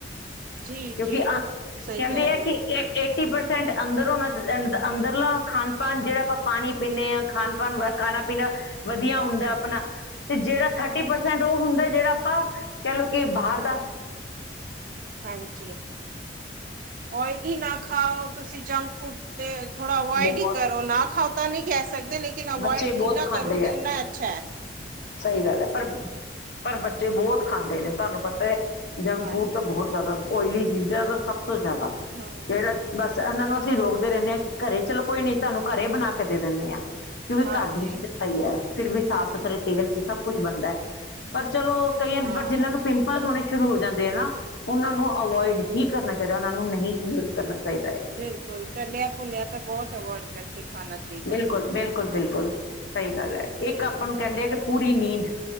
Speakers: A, on the right; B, on the left.
A: ਜੀ
B: ਕਿਉਂਕਿ,
A: ਜੀ
B: ਅ
A: ਸਹੀ
B: ਕਹਿੰਦੇ
A: ਕਹਿ
B: ਏ
A: ਰਹੇ ਹੋ
B: ਕਿ, ਇੱਕ--ਏ ਟੀ ਪਰਸੈਂਟ ਅੰਦਰੋ ਹੋਨਾ'ਚ ਅੰ, ਅੰਦਰਲਾ ਖਾਨ-ਪਾਨ ਜਿਹੜਾ ਆਪਾਂ ਪਾਨੀ ਪੀਂਨੇ ਆ ਖਾਨ-ਪਾਨ ਵ ਖਾਣਾ-ਪੀਨਾ ਵਧੀਆ ਹੁੰਦਾ ਅਪਨਾ ਤੇ ਜਿਹੜਾ, ਥਰਟੀ ਪਰਸੈਂਟ ਓਹ ਹੁੰਦਾ ਜਿਹੜਾ ਆਪਾਂ, ਕਹਿ ਲਓ ਕਿ ਬਾਹਰ ਦਾ
A: ਹਾਂਜੀ, ਔਈਲੀ ਨਾ ਖਾਓ, ਤੁਸੀਂ ਜੰਕ ਫੂਡ ਤੇ, ਥੋੜਾ ਅਵਇਡ
B: ਬਹੁਤ
A: ਹੀ ਕਰੋ, ਨਾ ਖਾਓ ਤਾਂ ਨਹੀ ਕਹਿ ਸਕਦੇੇ ਕਿਨ ਅਵਇਡ
B: ਬੱਚੇ ਬਹੁਤ
A: ਜਿੰਨਾ
B: ਖਾਂਦੇ
A: ਕਰੋਗੇ,
B: ਆ
A: ਓਨਾ ਅੱਛਾ ਐ।
B: ਸਹੀ ਗੱਲ ਐ, ਪਰ-ਪਰ ਬੱਚੇ ਬਹੁਤ ਖਾਂਦੇ ਨੇ, ਤੁਹਾਨੂੰ ਪਤਾ ਏ ਜੰਕ-ਫੂਡ
A: ਹਾਂਜੀ
B: ਤਾਂ ਬਹੁਤ ਓਇਲੀ ਚੀਜ਼ਾਂ ਤਾ ਸਭ ਤੋਂ ਜ਼ਿਆਦਾ।
A: ਹਾਂ
B: ਜਿਹੜਾ ਬਸ ਇਹਨਾਂ ਨੂੰ ਅਸੀਂ ਰੋਕਦੇ ਰਹਿੰਦੇ ਆ, ਘਰੇ ਚਲੋ ਕੋਈ ਨੀ, ਤੁਹਾਨੂੰ ਘਰੇ ਬਨਾ ਕੇ ਦੇ ਦਿੰਨੇ ਆ। ਕਿਉਂਕਿ
A: ਹਾਂਜੀ
B: ਘਰ ਦੀ ਤਾ ਸਹੀ ਐ, ਫਿਰ ਵੀ ਸਾਫ਼ ਸੁਥਰੇ ਤੇਲ'ਚ ਸਭ ਕੁੱਛ ਬਨਦੈ, ਪਰ ਚਲੋ ਕਈਆਂ
A: ਹਾਂ
B: ਨ, ਜਿਹਨਾਂ ਨੂੰ ਪਿੰਮ ਪਲ ਹੋਨੇ ਸ਼ੁਰੂ ਹੋ ਜਾਂਦੇ ਆ ਨਾ, ਓਹਨਾਂ ਨੂੰ ਅਵੋਇਡ ਹੀ ਕਰਨਾ ਚਾਹੀਦਾ, ਓਹਨਾਂ ਨੂੰ ਨਹੀਂ ਕਰਨਾ ਚਾਹੀਦਾ ਹੈ
A: ਬਿਲਕੁਲ ਤਲਿਆ-ਭੁੰਨਿਆ ਤਾਂ ਬਹੁਤ ਅਵੋਇਡ ਕਰਕੇ ਖਾਨਾ ਚਾਹੀਦਾ
B: ਬਿਲਕੁਲ
A: ਤੁਸੀ ਤਾਂ
B: ਬਿਲਕੁਲ ਬਿਲਕੁਲ ਸਹੀ ਗੱਲ ਐ, ਇੱਕ ਆਪਾਂ ਨੂੰ ਕਹਿੰਦੇ ਆ ਕਿ, ਪੂਰੀ ਨੀਂਦ